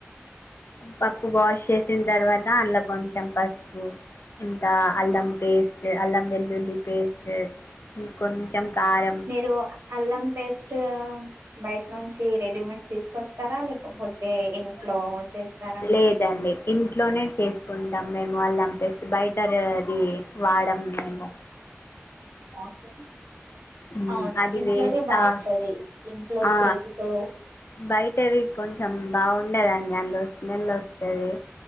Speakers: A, on the left; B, on the right.
A: పప్పు వాష్ చేసిన తర్వాత అందులో కొంచెం పసుపు ఇంత అల్లం పేస్ట్ అల్లం వెల్లుల్లి పేస్ట్ కొంచెం కారం
B: మీరు అల్లం పేస్ట్ బయట నుంచి రెడీమేడ్ తీసుకు కొస్తారా లేకపోతే ఇంట్లో చేస్తారా
A: లేదండి ఇంట్లోనే చేసుకుంటాం మేము వాళ్ళు అంపిస్త బయట అది వాడం మేము
B: ఓకే
A: మ్
B: అవును
A: అది
B: ఇంట్లోనే
A: వేస్తా
B: బాగుంటది ఇంట్లో
A: ఆ
B: చేతితో
A: బయటది కొం కొంచం బావుండదండి అందులో స్మెల్ వస్తది